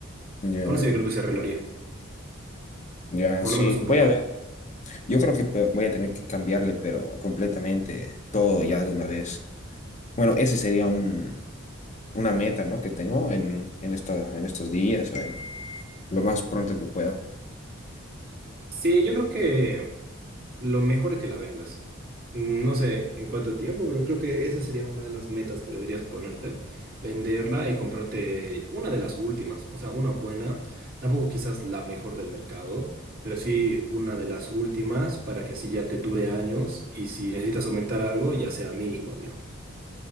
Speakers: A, on the left (about 35°); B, on the right (about 50°).
A: Ya,
B: Con eso yo creo que se arreglaría,
A: ya,
B: por
A: sí,
B: lo menos un
A: voy
B: poco.
A: a ver. Yo creo que pe- voy a tener que cambiarle, pero completamente todo ya de una vez. Bueno, ese sería un, una meta, ¿no? Que tengo en, en, esta, en estos días. o en- lo más pronto que pueda.
B: Sí, yo creo que Lo mejor es que la vendas. No sé en cuánto tiempo, pero creo que esa sería una de las metas que deberías ponerte, venderla y comprarte una de las últimas, o sea, una buena, tampoco quizás la mejor del mercado, pero sí una de las últimas para que así ya te dure años y si necesitas aumentar algo, ya sea mínimo, digamos.